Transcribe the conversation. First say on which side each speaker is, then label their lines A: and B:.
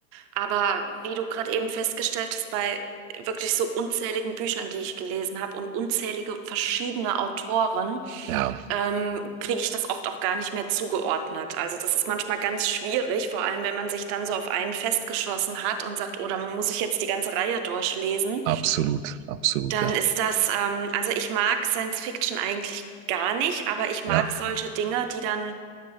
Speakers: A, on the right (about 25°); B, on the right (about 80°).
A: Aber wie du gerade eben festgestellt hast, bei wirklich so unzähligen Büchern, die ich gelesen habe und unzählige verschiedene Autoren,
B: ja,
A: ähm, kriege ich das oft auch gar nicht mehr zugeordnet. Also das ist manchmal ganz schwierig, vor allem wenn man sich dann so auf einen festgeschossen hat und sagt, oh, dann muss ich jetzt die ganze Reihe durchlesen.
B: absolut, absolut,
A: Dann
B: ja.
A: ist das, ähm, also ich mag Science Fiction eigentlich gar nicht, aber ich mag
B: Ja,
A: solche Dinge, die dann,